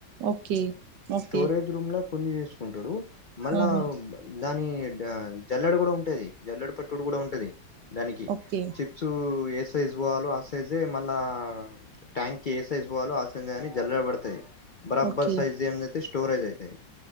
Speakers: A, on the right (about 70°); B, on the left (about 85°).
A: ఓకే ఓకే
B: స్టోరేజ్ రూమ్ లో కొన్ని చేసుకుంటాడు మళ్ళా
A: ఉహు
B: దాని డ జల్లడ కూడా ఉంటది జల్లడ పట్టుడు కూడా ఉంటది దానికి
A: ఓకే
B: చిప్స్ ఏ సైజ్ వాలో ఆ సైజ్ ఏ మళ్ళ ట్యాంక్ ఏ సైజ్ వాలొ ఆ సంధని జల్రబడుతంది బరాబర్
A: ఓకే
B: సైజ్ ఎం జెతాయ్ స్టోరేజ్ అయితయి